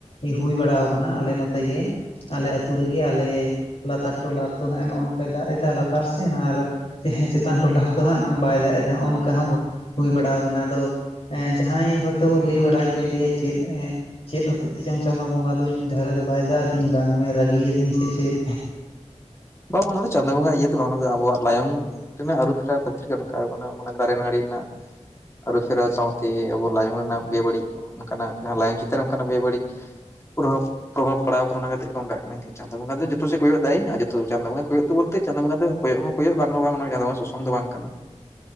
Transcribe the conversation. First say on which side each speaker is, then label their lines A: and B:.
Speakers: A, on the left; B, on the left.
A: ᱦᱩᱭ ᱵᱟᱲᱟ ᱟᱠᱟᱱᱟ, ᱟᱞᱮ ᱱᱚᱛᱮ ᱜᱮ᱾ ᱟᱞᱮ ᱟᱹᱛᱩ ᱨᱮᱜᱮ ᱟᱞᱮ ᱞᱟᱛᱟᱨ ᱴᱚᱞᱟ ᱨᱮᱫᱚ ᱦᱟᱸᱜ ᱱᱚᱜᱼᱚ ᱱᱚᱝᱠᱟᱭ ᱫᱟᱜ ᱮᱫᱟ, ᱞᱟᱛᱟᱨ ᱥᱮᱱ ᱟᱨ ᱦᱮᱸ ᱪᱮᱛᱟᱱ ᱴᱚᱞᱟ ᱨᱮᱫᱚ ᱦᱟᱸᱜ ᱵᱟᱭ ᱫᱟᱜ ᱮᱫᱟ, ᱱᱚᱜᱼᱚ ᱱᱚᱝᱠᱟ ᱦᱚᱸ ᱦᱩᱭ ᱵᱟᱲᱟ ᱟᱠᱟᱱᱟ ᱟᱫᱚ ᱡᱟᱦᱟᱸᱭ ᱦᱚᱭᱛᱳ, ᱞᱟᱹᱭ ᱵᱟᱲᱟᱭ ᱜᱮᱭᱟ ᱞᱮᱭᱟᱭ ᱪᱮᱫ ᱪᱮᱫ ᱦᱚᱛᱮᱡ ᱛᱮ ᱪᱚᱝ ᱪᱟᱸᱫᱳ ᱵᱚᱸᱜᱟ ᱫᱚ, ᱤᱧ ᱫᱷᱟᱨᱮ ᱫᱚ ᱵᱟᱭ ᱫᱟᱜ ᱟᱹᱫᱤᱧ ᱵᱟᱝ ᱢᱮ ᱨᱟᱹᱜᱤ ᱟᱹᱫᱤᱧ ᱥᱮ ᱪᱮᱫ᱾
B: ᱵᱟᱝ ᱚᱱᱟᱫᱚ ᱪᱟᱸᱫᱳ ᱵᱚᱸᱜᱟ ᱤᱭᱟᱹ ᱫᱚ ᱵᱟᱝ, ᱟᱵᱚᱣᱟᱜ ᱞᱟᱭᱚᱝ ᱨᱮᱱᱟᱜ ᱟᱹᱨᱩ ᱯᱷᱮᱨ ᱠᱷᱟᱹᱛᱤᱨ ᱜᱮ ᱚᱱᱠᱟ ᱟᱠᱟᱱᱟ, ᱫᱟᱨᱮ ᱱᱟᱹᱲᱤ <unintelligible> ᱟᱹᱨᱩ ᱯᱷᱮᱨᱟ ᱥᱟᱶᱛᱮ ᱟᱵᱚ ᱞᱟᱭᱚᱝ ᱨᱮᱱᱟᱜ ᱵᱮᱵᱟᱹᱲᱤᱡ, ᱚᱱᱠᱟᱱᱟᱜ ᱡᱟᱦᱟᱸ ᱞᱟᱭᱚᱝ ᱪᱮᱛᱟᱱ ᱨᱮ ᱚᱱᱠᱟᱱᱟᱜ ᱵᱮᱵᱟᱹᱲᱤᱡ ᱯᱨᱚᱵᱷᱟᱵ ᱯᱨᱵᱷᱟᱵ ᱯᱟᱲᱟᱣ ᱟᱠᱟᱱᱟ, ᱚᱱᱟ ᱠᱷᱟᱹᱛᱤᱨ ᱜᱮ ᱚᱱᱠᱟᱜ ᱠᱟᱱᱟ᱾ ᱪᱟᱸᱫᱳ ᱵᱚᱸᱜᱟ ᱫᱚ ᱡᱚᱛᱚ ᱥᱮᱫ ᱠᱚᱭᱚᱜ ᱮᱫᱟᱭ ᱟᱨ ᱡᱚ ᱛᱚ ᱪᱟᱸᱫᱳ ᱵᱚᱸᱜᱟ ᱠᱚᱭᱚᱜ ᱫᱟ ᱵᱚᱞᱛᱮ, ᱪᱟᱸᱫᱳ ᱵᱚᱸᱜᱟ ᱫᱚ ᱠᱚᱭᱚᱜ ᱦᱚᱸ ᱠᱚᱭᱚᱜ ᱵᱟᱝᱟᱸ ᱦᱚ ᱵᱟᱝ ᱚᱱᱟ ᱥᱟᱛᱮ ᱥᱚᱝ ᱫᱚ ᱵᱟᱝ ᱠᱟᱱᱟ᱾